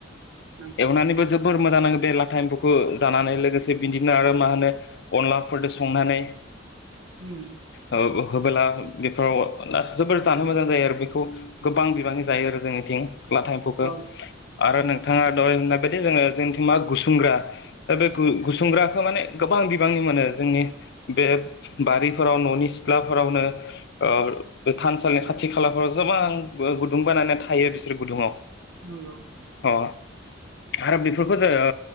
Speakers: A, on the right; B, on the left.
A: नंगौ
B: एवनानैबो जोब जोबोर मोजां नांङो बे लाथा एम्फौखौ जानानै लोगोसे बिदिनो आरो मा होनो अनलाफोरजों संनानै <unintelligible>
A: उम
B: ओ होबोला बेफोराव जोबोर जानो मोजां जायो आरो बेखौ गोबां बिबांनि जायो आरो जोंनिथिं लाथा एम्फौखो
A: औ
B: आरो
A: औ
B: नोंथाङा दहाय बुंननाय बेदिनो जोंङो जोंनिथिं मा गुसुंग्रा ओ बे गु गुसुंग्राखौ माने गोबां बिबांनि मोनो जोंनि बे बारिफोराव न'नि सिथ्लाफोरावनो ओ बो थानसालिनि खाथि खालाफोराव जोबां गुदुं बानायनानै थायो बिसोर गुदुंङाव
A: नंगौ
B: अ आरो बेफोरखौ जोंङो